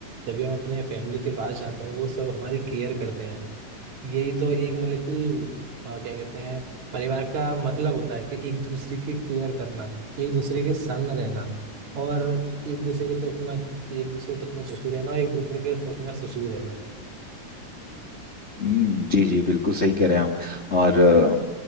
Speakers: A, on the right; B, on the left.
A: जब भी हम अपने फैमिली के पास जाते हैं वो सब हमारी केयर करते हैं यही तो एक मतलब कि अ, क्या कहते हैं परिवार का मतलब होता है कि एक दूसरे की केयर करना एक दूसरे के संग रहना और एक दूसरे के दुख में एक दूसरे दुख में दुखी रहना और एक दूसरे के सुख में सुखी रहना
B: हम्म जी जी बिल्कुल सही कह रहे हैं आप और अ,